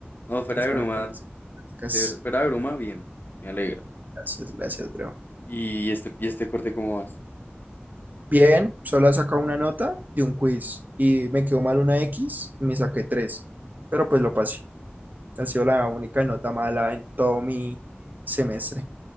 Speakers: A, on the left; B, on the right.
A: No, fuera
B: que es
A: de
B: bueno
A: broma,
B: para las matemáticas.
A: se- fuera de broma, bien, me alegra.
B: Gracias, gracias, bro.
A: ¿Y este, y este corte cómo vas?
B: Bien, solo he sacado una nota de un quiz y me quedó mal una X y me saqué 3 pero pues lo pasé. Ha sido la única nota mala en todo mi semestre.